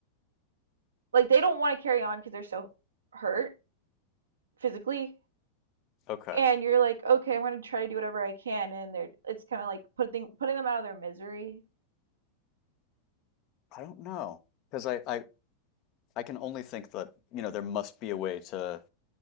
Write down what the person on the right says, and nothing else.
like they don't want to carry on because they're so hurt physically
and you're like okay i'm going to try to do whatever i can and they're it's kind of like putting putting them out of their misery